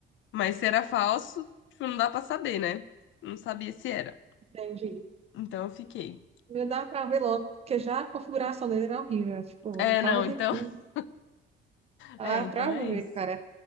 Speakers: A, on the left; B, on the right.
A: Mas se era falso, tipo, não dá pra saber, né? Não sabia se era.
B: entendi.
A: Então eu fiquei.
B: Não dá pra ver logo, porque já a configuração dele era horrível. Tipo,
A: É,
B: o tablet
A: não, então.
B: é ruim.
A: <laughs>
B: Ah,
A: É, então
B: pra
A: é
B: ver,
A: isso.
B: cara.